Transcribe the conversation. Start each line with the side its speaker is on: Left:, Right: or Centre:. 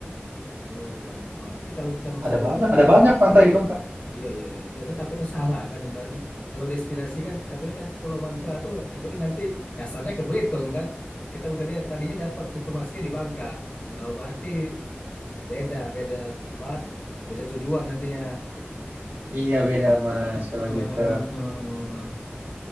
Left: Oh, di Bangka berarti kalau kita misalnya
Right: Ada banyak, ada banyak pantai di Bangka.
Left: Iya, iya, iya. iya. Ya, kan takutnya salah kan ibaratnya. Kalau destinasi kan katanya kan ke Pulau Bangka tuh takutnya nanti nyasarnya ke Belitung kan. Kita tadinya, tadinya dapat informasinya di Bangka. Eh, berarti beda, beda tempat, beda tujuan nantinya.
Right: Iya beda Mas
Left: Eh,
Right: kalau
Left: eh,
Right: gitu.
Left: eh, eh.